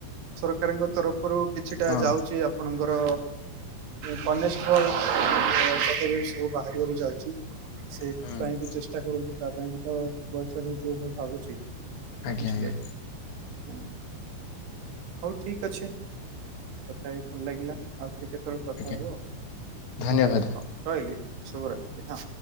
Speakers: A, on the right (about 75°); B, on the left (about 70°).
A: ସରକାରଙ୍କ ତରଫରୁ କିଛିଟା
B: ହଁ
A: ଯାଉଚି ଆପ୍ - ଆପଣଙ୍କର କନେଷ୍ଟବଳ ପଦବୀ ସବୁ ବାହାରିବାକୁ ଯାଉଚି - ସେଇଥିପାଇଁ
B: ହୁଁ
A: ବି ଚେଷ୍ଟା କରନ୍ତୁ ତା ପାଇଁ ବି ତ ବୟସ ହେଇଯିବ ମୁଁ ଭାବୁଚି -
B: ଆଜ୍ଞା
A: ବୁଝିଲେ
B: ଆଜ୍ଞା
A: ହୁଁ ହଉ ଠିକ ଅଛି କଥା ହେଇ ଭଲ ଲାଗିଲା - ଆଉ କି କେତେବେଳେ କଥା
B: ଆଜ୍ଞା
A: ହବ
B: ଧନ୍ୟବାଦ ଭାଇ
A: ହଉ ରହିଲି ଶୁଭରାତ୍ରି ହଁ